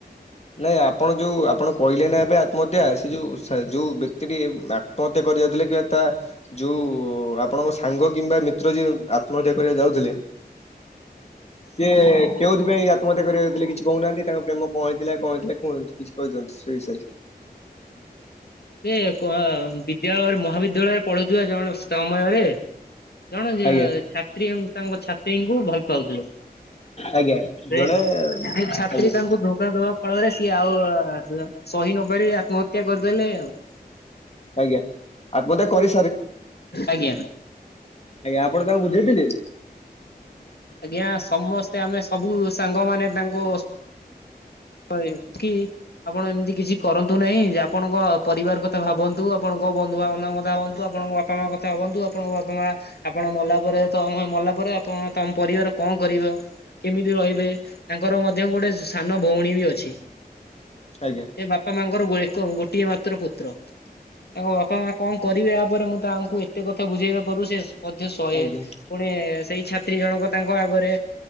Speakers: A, on the left; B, on the left.
A: ନାଇଁ ଆପଣ ଯୋଉ ଆପଣ କହିଲେ ନା ଏବେ ମଧ୍ୟ ସେ ଯୋଉ ଯୋଉ ବ୍ୟକ୍ତି ଟି ଆତ୍ମହତ୍ୟା କରି ଯାଉଥିଲେ କିମ୍ବା ତା ଯୋଉ ଆପଣଙ୍କ ସାଙ୍ଗ କିମ୍ବା ମିତ୍ର ଯିଏ ଆତ୍ମହତ୍ୟା କରିବା ଯାଉଥିଲେ। ସିଏ କେଉଁଥିପାଇଁ ଆତ୍ମହତ୍ୟା କରିବାଥିଲେ କିଛି କହୁନାହାନ୍ତି ତାଙ୍କ ପ୍ରେମ କଣ ହେଇଥିଲା କଣ ହେଇଥିଲା କୁ କିଛି କହିଛନ୍ତି । <unintelligible>
B: <inaudible> ସେ କଣ ବିଦ୍ୟାଳୟରେ ମହାବିଦ୍ୟାଳୟରେ ପଢୁଥିବା ଜଣେ ସମୟରେ ଜଣେ
A: ଆଜ୍ଞା
B: ଛାତ୍ରୀ ତାଙ୍କ ଛାତ୍ରୀଙ୍କୁ ଭଲ ପାଉଥିଲେ ।
A: ଆଜ୍ଞା
B: ସେ
A: ଜଣେ
B: ସେ ଛାତ୍ରୀ
A: ଆଜ୍ଞା
B: ତାଙ୍କୁ ଧୋକା ଦବା ଫଳରେ ସିଏ ଆଉ ସହି ନପାରି ଆତ୍ମହତ୍ୟା କରିଦେଲେ ଆଉ ।
A: ଆଜ୍ଞା ଆତ୍ମହତ୍ୟା କରି
B: ଆଜ୍ଞା।
A: ଆଜ୍ଞା ଆପଣ ତାଙ୍କୁ ବୁଝେଇ ପାରିବେ।
B: ଆଜ୍ଞା ସମସ୍ତେ ଆମେ ସବୁ ସାଙ୍ଗମାନେ ତାଙ୍କୁ ହ କି ଆପଣ ଏମିତି କିଛି କରନ୍ତୁ ନାହିଁ ଆପଣଙ୍କ ପରିବାର କଥା ଭାବନ୍ତୁ ଆପଣ କୋଉ ବନ୍ଧୁବାନ୍ଧଙ୍କ କଥା ହୁଅନ୍ତୁ ଆପଣଙ୍କ ବାପାଙ୍କ କଥା ହୁଅନ୍ତୁ ଆପଣଙ୍କ ବାପା ମା ଆପଣ ମଲାପରେ ତ ମଲା ଆପଣ ତମ ପରିବାର କଣ କରିବ କେମିତି ରହିବେ ତାଙ୍କର ମଧ୍ୟ ଗୋଟେ ସାନ ଭଉଣୀ ବି ଅଛି ସେ
A: ଆଜ୍ଞା
B: ବାପା ମାଙ୍କର ଏକ ଗୋଟିଏ ମାତ୍ର ପୁତ୍ର ତାଙ୍କ ବାପା ମା କଣ କରିବେ ଏହାପରେ ମୁଁ ତାହାଙ୍କୁ ଏତେ କଥା ବୁଝେଇବା ପରୁ ସେ ମଧ୍ୟ ଶହେ
A: ଆଜ୍ଞା
B: ପୁଣି ସେଇ ଛାତ୍ରୀ ଜଣକ ତାଙ୍କ ଆଗରେ